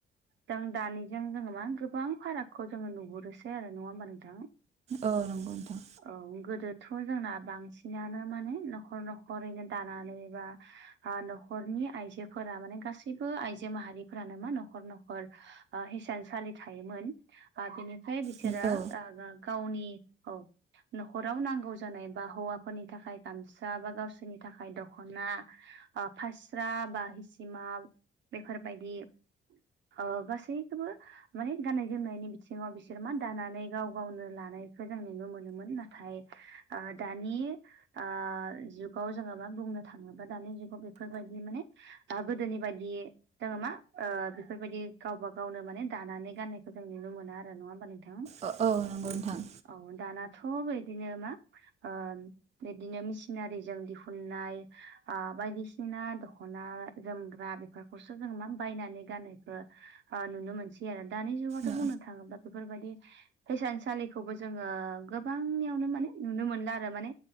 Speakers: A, on the right (about 65°); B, on the right (about 35°).
A: जों दानिजों जोङो मा गोबां फारागखौ जोङो नुहुरोसै आरो नङा होमबा नोंथां?
B: औ नंगौ नोंथां।
A: ओं गोदोथ' जोंना बांसिनानो माने न'खर न'खरैनो दानानै बा ओ न'खरनि आइजोफोरा माने गासैबो आइजो माहारिफोरानो मा न'खर न'खर ओ हिसानसालि थायोमोन। ओ बेनिफ्राय बिसोरो
B: ना
A: ओ गो गावनि औ। न'खराव नांगौ जानाय बा हौवाफोरनि थाखाय गामसा बा गावसोरनि थाखाय दखना ओ फास्रा बा हिसिमा बेफोरबायदि ओ गासैखोबो माने गाननाय जोमनायनि बिथिंङाव बिसोर मा दानानै गाव गावनो लानायखो जों नुनो मोनो। मोन नाथाय ओ दानि ओ जुगाव जोङो मा बुंनो थाङोबा दानि जुगाव बेफोरबायदि माने ओ गोदोनि बादि जोङो मा ओ बेफोरबायदि गावबा गावनो माने दानानै गाननायखौ जों नुनो मोना आरो नङा होमबा नोंथां?
B: ओ ओ नंगौ नोंथां।
A: औ दानाथ' बैदिनो मा ओ बिदिनो मिसिनारिजों दिहुननाय ओ बायदिसिना दख'ना जोमग्रा बेफोर खौसो जों मा बायनानै गाननायखो ओ नुनो मोनसै आरो दानि जुगावथ'
B: औ
A: बुंनो थाङोब्ला बेफोरबायदि हिसानसालिखौबो जोङो गोबांनियावनो माने नुनो मोनला आरो माने